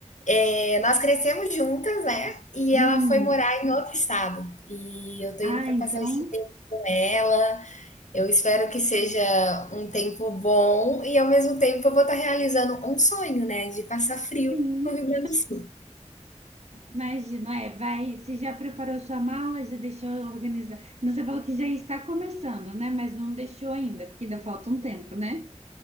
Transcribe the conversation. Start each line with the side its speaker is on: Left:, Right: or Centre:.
Left: é, nós crescemos juntas, né? E
Right: Hum.
Left: ela foi morar em outro estado. E eu tô
Right: Ah,
Left: indo para
Right: então.
Left: passar esse tempo com ela. Eu espero que seja um tempo bom e ao mesmo tempo eu vou estar realizando um sonho, né, de passar frio
Right: Sim,
Left: no Rio Grande do Sul.
Right: imagino, é, vai, você já preparou sua mala, já deixou organizada. Você falou que já está começando, né? Mas não deixou ainda, porque ainda falta um tempo, né?